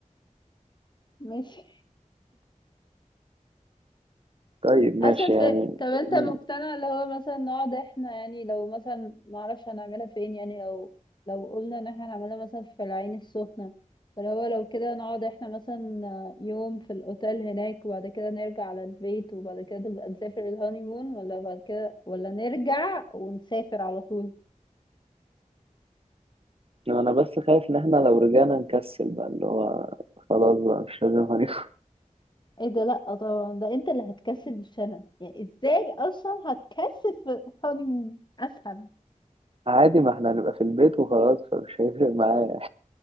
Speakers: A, on the left; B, on the right.
A: ماشي
B: <laughs> طيب ماشي
A: اسهل
B: يعني
A: في <laughs> طب انت
B: م-
A: مقتنع اللي هو مثلا نقعد احنا يعني لو مثلا معرفش هنعملها فين يعني لو لو قلنا ان احنا هنعملها مثلا في العين السخنة فاللي هو لو كده نقعد احنا مثلا يوم في الاوتيل هناك وبعد كده نرجع على البيت وبعد كده نبقى نسافر الهانيمون ولا بعد كده ولا نرجع ونسافر على طول
B: انا بس خايف ان احنا لو رجعنا نكسل بقى اللي هو خلاص بقى مش لازم هنف
A: ايه ده لا طبعا ده انت اللي هتكسل مش انا يعني ازاي اصلا هتكسل في الهانيمون افهم
B: <laughs> عادي ما احنا هنبقى في البيت وخلاص فمش هيفرق معايا